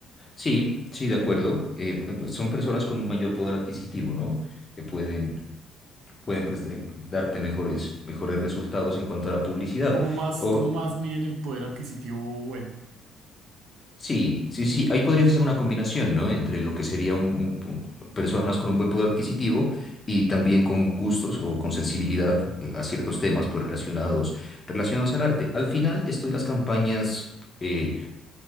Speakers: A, on the left; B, on the right.
A: sí, sí, de acuerdo. eh, pues, son personas con un mayor poder adquisitivo, ¿no? Que pueden, pueden pues, eh, darte mejores, mejores resultados en cuanto a la publicidad.
B: Como más,
A: O,
B: como más miden el poder adquisitivo bueno.
A: Sí, sí, sí. Ahí podrías hacer una combinación, ¿no? Entre lo que sería un, un- un- personas con un buen poder adquisitivo y también con gustos o con sensibilidad eh, a ciertos temas, pues relacionados, relacionados al arte. Al final, esto de las campañas eh,